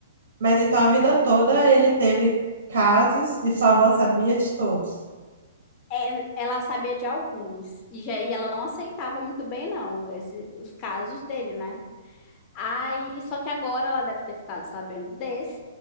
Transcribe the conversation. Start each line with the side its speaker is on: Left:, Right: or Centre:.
Right: mas então a vida toda ele teve casos e sua avó sabia de todos.
Left: É, Ela sabia de alguns. E, já, e ela não aceitava muito bem, não, esse, os casos dele, né? Aí, só que agora ela deve ter ficado sabendo desse.